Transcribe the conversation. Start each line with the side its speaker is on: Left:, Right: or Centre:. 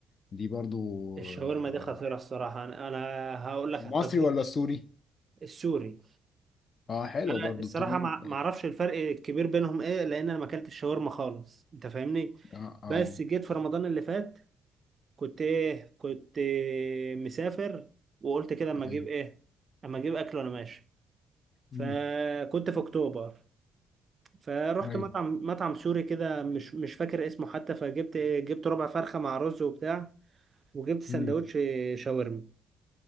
Left: دي برضو
Right: الشاورما
Left: آه،
Right: دي خطيره الصراحه انا انا هقول لك
Left: مصري
Right: على التجربه
Left: ولا سوري
Right: السوري
Left: اه حلو
Right: انا
Left: برضو
Right: الصراحه
Left: التوميه
Right: ما
Left: بتاعت-
Right: ما اعرفش الفرق الكبير بينهم ايه لان انا ما اكلتش شاورما خالص انت فاهمني
Left: اه اه
Right: بس جيت في رمضان اللي فات كنت ايه كنت إيه مسافر وقلت كده اما اجيب
Left: ايوه
Right: ايه اما اجيب اكل وانا ماشي
Left: مم.
Right: فكنت في اكتوبر فرحت
Left: ايوه
Right: مطعم مطعم سوري كده مش مش فاكر اسمه حتى فجبت إيه جبت ربع فرخه مع رز وبتاع وجبت سندوتش
Left: مم.
Right: شاورما